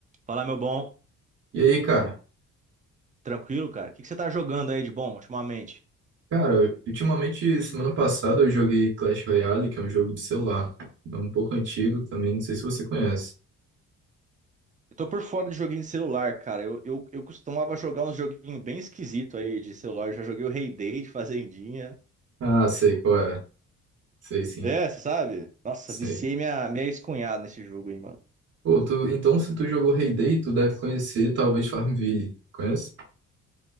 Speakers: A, on the right; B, on the right.
A: Fala, meu bom.
B: E aí, cara?
A: Tranquilo, cara? O que que você tá jogando aí de bom ultimamente?
B: Cara, ultimamente, semana passada eu joguei Clash Royale, que é um jogo de celular. É um pouco antigo também, não sei se você conhece.
A: Eu tô por fora de joguinho de celular, cara. Eu, eu, eu costumava jogar uns joguinhos bem esquisitos aí de celular. Eu já joguei o Rei Day de Fazendinha.
B: Ah, sei qual é. Sei sim,
A: É, você sabe? Nossa,
B: sei.
A: viciei minha, minha ex-cunhada nesse jogo aí, mano.
B: Pô, tu, então se tu jogou Hay tu deve conhecer talvez Farmville. Conhece?